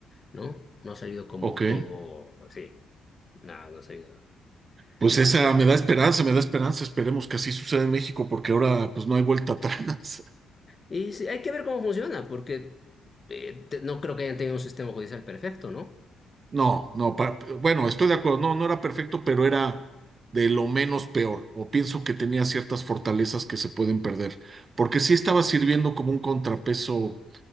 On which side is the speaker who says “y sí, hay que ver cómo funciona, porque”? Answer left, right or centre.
Left